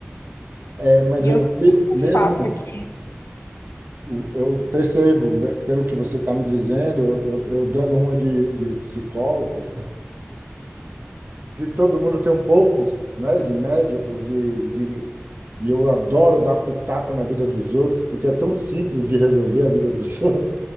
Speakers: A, on the right (about 50°); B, on the left (about 80°).
A: É, mas
B: E
A: eu
B: eu
A: de-
B: não
A: mesmo
B: faço
A: assim,
B: aqui.
A: o- eu percebo, né, pelo que você está me dizendo, eu, eu dando uma de, de psicólogo, que todo mundo tem um pouco, né, de médico, de, de e eu adoro dar pitaco na vida dos outros, porque é tão simples de resolver a vida dos <laughs> outros.